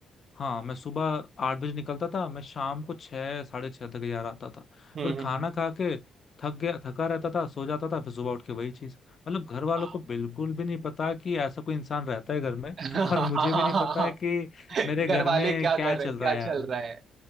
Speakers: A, on the left; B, on the right.
A: हाँ मैं सुबह आठ बजे निकलता था मैं शाम को छः साढ़े छः तक ही आ रहा था
B: हम्म,
A: पर
B: हम्म,
A: खाना खा के थक गया थका रहता था सो जाता था फिर सुबह उठ के वही चीज मतलब घर वालों
B: हाँ
A: को बिल्कुल भी नहीं पता कि ऐसा कोई इंसान रहता है घर में
B: <laughs>
A: <laughs> और मुझे भी नहीं पता है कि मेरे घर
B: घर वाले
A: में
B: क्या
A: क्या
B: कर
A: चल
B: रहे हैं क्या
A: रहा है यार
B: चल रहा है